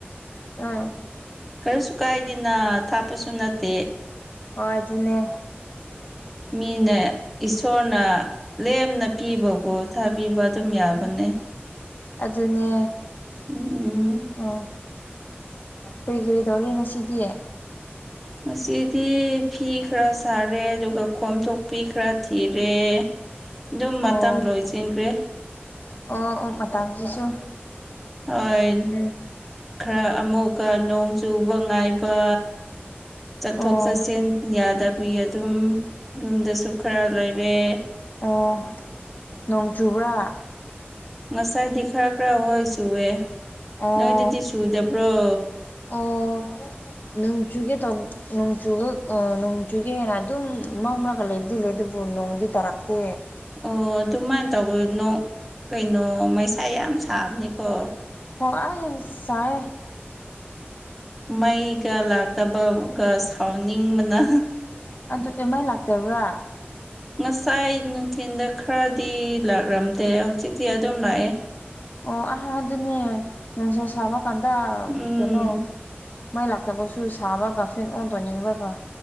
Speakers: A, on the left; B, in the centre.
A: ꯑꯝ
B: ꯀꯔꯤꯁꯨ ꯀꯥꯏꯗꯦꯅ ꯊꯥꯞꯄꯁꯨ ꯅꯠꯇꯦ
A: ꯍꯣꯏ ꯑꯗꯨꯅꯦ
B: ꯃꯤꯅ
A: ꯎꯝ
B: ꯏꯁꯣꯔꯅ ꯂꯦꯝꯅ ꯄꯤꯕꯕꯨ ꯊꯥꯕꯤꯕ ꯑꯗꯨꯝ ꯌꯥꯕꯅꯦ
A: ꯑꯗꯨꯅꯦ
B: ꯎꯝ
A: ꯑꯣ ꯀꯔꯤ ꯀꯔꯤ ꯇꯧꯒꯦ ꯉꯁꯤꯗꯤ
B: ꯉꯁꯤꯗꯤ ꯐꯤ ꯈꯔ ꯁꯥꯔꯦ ꯑꯗꯨꯒ ꯈꯣꯝꯊꯣꯛꯄꯤ ꯈꯔ ꯊꯤꯔꯦ ꯑꯗꯨꯝ ꯃꯇꯝ
A: ꯑꯣ
B: ꯂꯣꯏꯖꯤꯟꯒꯔꯦ
A: ꯑꯣ ꯑꯣ ꯃꯇꯝꯁꯤꯁꯨ
B: ꯍꯣꯏ
A: ꯎꯝ
B: ꯈꯔ ꯑꯃꯨꯛꯀ ꯅꯣꯡ ꯆꯨꯕ ꯉꯥꯏꯕ ꯆꯠꯊꯣꯛ
A: ꯑꯣ
B: ꯆꯠꯁꯤꯟ ꯌꯥꯗꯕꯤ ꯑꯗꯨꯝ ꯌꯨꯝꯗꯁꯨ ꯈꯔ ꯂꯩꯔꯦ
A: ꯑꯣ ꯅꯣꯡ ꯆꯨꯕ꯭ꯔꯥ
B: ꯉꯁꯥꯏꯗꯤ ꯈꯔ ꯈꯔ ꯍꯣꯏ ꯆꯨꯋꯦ
A: ꯑꯣ
B: ꯅꯣꯏꯗꯗꯤ ꯆꯨꯗꯕ꯭ꯔꯣ
A: ꯑꯣ ꯅꯣꯡꯆꯨꯒꯤ ꯇꯧ ꯅꯣꯡꯆꯨꯒ ꯑꯥ ꯅꯣꯡꯆꯨꯒꯦ ꯍꯦꯟꯅ ꯑꯗꯨꯝ ꯃꯝꯔꯒ ꯂꯩꯕ ꯗꯤ ꯂꯩ ꯗꯨꯕꯨ ꯅꯣꯡꯗꯤ ꯇꯥꯔꯛꯇꯦ
B: ꯑꯣ ꯑꯗꯨꯃꯥꯏꯅ ꯇꯧꯕ ꯅꯣꯡ ꯀꯩꯅꯣ ꯃꯩꯁꯥ ꯌꯥꯝ ꯁꯥꯕꯅꯤꯀꯣ
A: ꯍꯣꯏ ꯑꯁꯥꯏ
B: ꯃꯩꯒ ꯂꯥꯛꯇꯕꯒ ꯁꯥꯎꯅꯤꯡꯕꯅ
A: ꯑꯗꯨ ꯑꯦꯝ ꯑꯥꯏ ꯂꯥꯛꯇꯕ꯭ꯔꯥ
B: ꯉꯁꯥꯏ ꯅꯨꯡꯊꯤꯟꯗ ꯈꯔꯗꯤ ꯂꯥꯛꯂꯝꯗꯦ ꯍꯧꯖꯤꯛꯇꯤ ꯑꯗꯨꯝ ꯂꯥꯛꯑꯦ
A: ꯑꯣ ꯑꯍꯥ ꯑꯗꯨꯅꯦ ꯅꯨꯡꯁꯥ ꯁꯥꯕ ꯀꯥꯟꯗ
B: ꯎꯝ
A: ꯀꯩꯅꯣ ꯃꯩ ꯂꯥꯛꯇꯕꯁꯨ ꯁꯥꯕꯒ ꯐꯦꯟ ꯑꯣꯟ ꯇꯧꯅꯤꯡꯕꯒ